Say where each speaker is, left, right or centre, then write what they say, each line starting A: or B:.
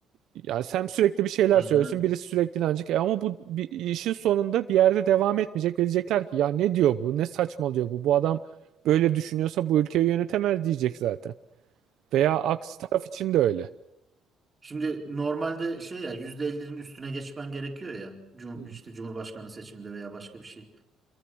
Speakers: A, on the right; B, on the right.
A: Yani sen sürekli bir şeyler
B: Aynen
A: söylüyorsun,
B: öyle.
A: birisi sürekli inanacak. E ama bu bir, işin sonunda bir yerde devam etmeyecek ve diyecekler ki ya ne diyor bu, ne saçmalıyor bu, bu adam böyle düşünüyorsa bu ülkeyi yönetemez diyecek zaten. Veya aksi taraf için de öyle.
B: Şimdi normalde şey ya %50'nin üstüne geçmen gerekiyor ya. Cum
A: Hı hı.
B: işte Cumhurbaşkanı seçiminde veya başka bir şey.